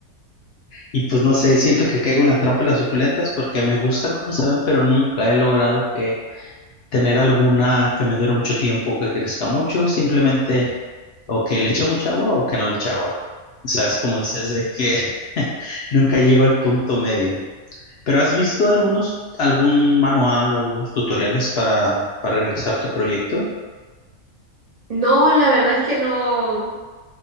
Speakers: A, on the left; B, on the right.
A: Y pues no sé, siento que caigo en la trampa de las suculentas porque me gustan como se ven, pero nunca he logrado que tener alguna que me dure mucho tiempo o que crezca mucho, simplemente o que le eche mucha agua o que no le eche agua. O sea, es como dices de que <laughs> nunca llego al punto medio. Pero ¿has visto algunos, algún manual o algunos tutoriales para, para realizar tu proyecto?
B: No, la verdad es que no,